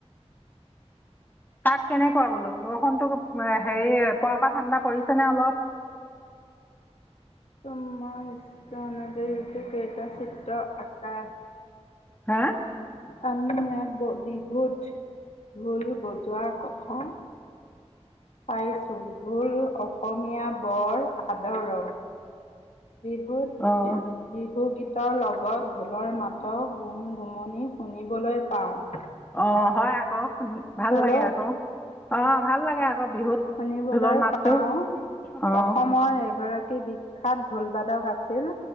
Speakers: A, on the left (about 15°); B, on the left (about 80°).
A: তাত কেনেকুৱা বোলো, বৰষুণতো হেৰি প পৰা ঠাণ্ডা পৰিছে নে অলপ?
B: তোমাৰ ইচ্ছা অনুযায়ী কেইটা চিত্ৰ আকা
A: হা?
B: আমি ইয়াত ব বিহুত ঢোল বজোৱাৰ কথা পাইছোঁ, ঢোল অসমীয়া বৰ আদৰৰ বিহুত
A: অঁ
B: বিহু গীত ৰ লগত ঢোলৰ মাতো গুম-গুমনি শুনিবলৈ পাওঁ।
A: অ' হয় আকৌ। উম ভাল
B: হেল্ল'
A: লাগে আকৌ, অ' ভাল লাগে আকৌ। বিহুত
B: শুনিবলৈ
A: ঢোলৰ মাতটো
B: পাও
A: অঁ
B: অসমৰ এগৰাকী বিশিষ্ট। বিখ্যাত ঢোলবাদক আছিল।